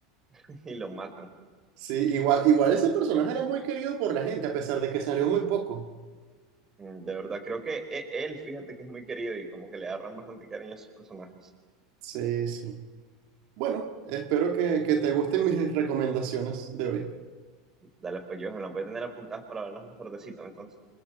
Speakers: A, on the right; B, on the right.
A: <laughs> Y lo matan.
B: Sí, igual, igual ese personaje era muy querido por la gente, a pesar de que salió muy poco.
A: Mm, De verdad, creo que e- él, fíjate que es muy querido y como que le agarran bastante cariño a sus personajes.
B: Sí, sí. Bueno, espero que, que te gusten mis recomendaciones de hoy.
A: Dale, pues yo la voy a tener apuntadas para verlas más tardecito, entonces.